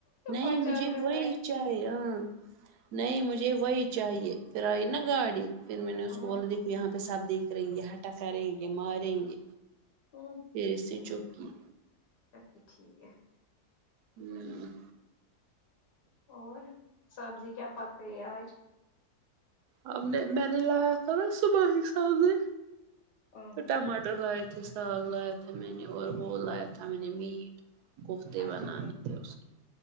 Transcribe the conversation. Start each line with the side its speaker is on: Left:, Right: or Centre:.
Right: نہیں
Left: پچاس
Right: مجھے
Left: روپئے
Right: وہی چاہںے ہاں
Left: ہ
Right: نہیں مجھے وہی چاہیے پھر آئی نا گاڑی پھر میں نے اس
Left: ہاں
Right: کو بولا دیکھو یہا پہ سب دیکھ رہیں گے ہٹا کریں گے ماریں گے
Left: ہاں
Right: پھر اسسے چوپ کیا
Left: اچھا ٹھیک ہے
Right: امم
Left: اور سبزی کیا پک رہی ہے آج
Right: ہمنےمیں نے لایا تھا نا صبح میں سبنے
Left: آہ
Right: ٹماٹر لائے تھے ساگ لایا تھا میں نے اور وہ لایا تھا میں نے میٹ کوفتے
Left: اچھا
Right: بناںے
Left: ٹھیک
Right: تھے اس نے